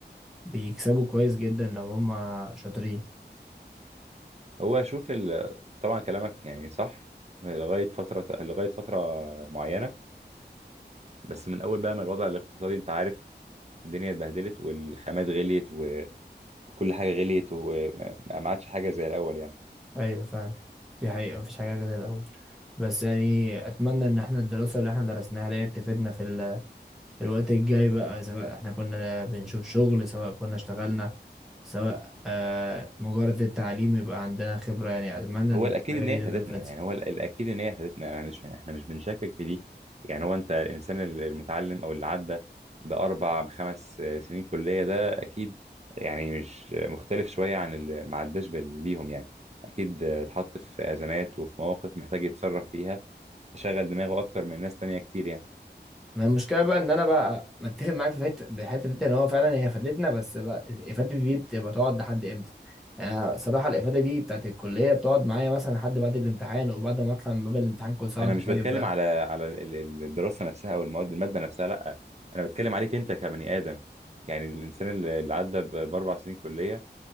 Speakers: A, in the centre; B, on the right.
A: بيكسبوا كويس جدا لو هم شاطرين
B: هو اشوف ال... طبعا كلامك يعني صح لغايه فتره لغايه فتره معينه بس من اول بقى ما الوضع الاقتصادي انت عارف الدنيا اتبهدلت والخامات غليت وكل حاجه غليت وما ما- ما عادش حاجه زي الاول يعني
A: ايوه فعلا دي حقيقة مفيش حاجة زي الاول بس يعني اتمنى ان احنا الدراسة اللي احنا درسناها ديت تفيدنا في ال الوقت الجاي بقى سواء احنا كنا بنشوف شغل سواء كنا اشتغلنا سواء آه مجرد التعليم يبقى عندنا خبرة يعني أتمنى
B: هو
A: إن
B: الاكيد
A: الحاجة
B: ان
A: دي
B: هي فادتنا
A: تفضل فاتت
B: يعني هو ال- الاكيد ان هي فادتنا انا مش يعني احنا مش بنشكك في دي يعني هو انت الانسان ال- المتعلم او اللي عدى باربع بخمس آه، سنين كليه ده اكيد يعني مش مختلف شويه عن اللي ما عداش بال- بيهم يعني اكيد آه، اتحط في ازمات وفي مواقف محتاج يتصرف فيها فشغل دماغه اكتر من ناس تانية كتير يعني
A: ما المشكلة بقى إن أنا بقى متفق معاك في حتة الحتة دي إن هو فعلا هي فادتنا بس بقى الإفادة دي بتبقى تقعد لحد إمتى؟ يعني أنا صراحة الإفادة دي بتاعت الكلية بتقعد معايا مثلا لحد بعد الامتحان وبعد ما أطلع من باب الامتحان كل سنة
B: انا
A: وأنت
B: مش
A: طيب
B: بتكلم
A: بقى
B: على على ال- ال- الدراسه نفسها او المواد الماده نفسها لا انا بتكلم عليك انت كبني ادم يعني الانسان اللي اللي عدى ب- باربع سنين كليه